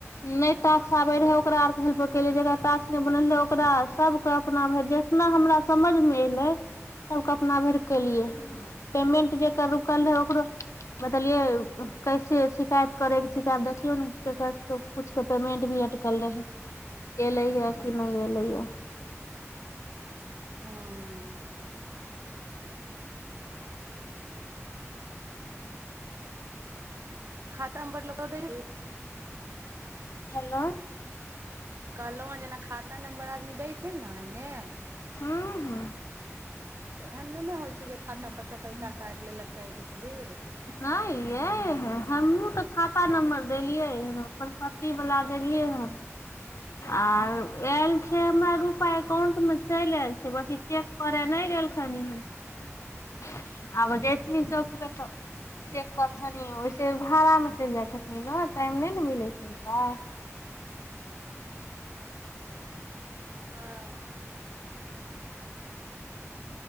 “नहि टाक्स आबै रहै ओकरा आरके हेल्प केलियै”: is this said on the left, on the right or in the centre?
Left